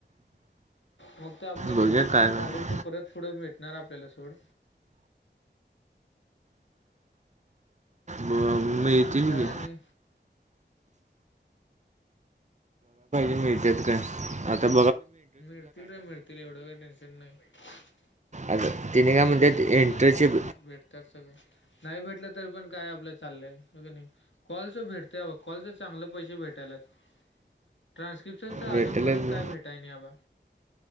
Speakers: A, on the left; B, on the right.
A: मग ते आपलं
B: बघूया
A: रिजेक्ट
B: काय
A: जे
B: काय
A: झाले ते परत पुढं भेट णार आपल्याला सोड
B: ब-
A: कब
B: मिळतील
A: मग काय
B: की
A: आणि
B: का आ
A: मिळतील रे मिळतील एवढं का टेन्शन नाही एवढं
B: आता
A: काय
B: तिने
A: विचार
B: म्हणतात
A: करत
B: इंटर्नशिप
A: बसायचा नाही आबा भेटतात सगळं नाही भेटलं तरी पण काय आपलं चाललंय नाही कॉलचं भेटते कॉलचं चांगलं पैसे भेटायला ट्रान्स्क्रिप्शन अजून
B: भेटेलच
A: पर्यंत
B: बघ.
A: काय भेटाय नाही बाबा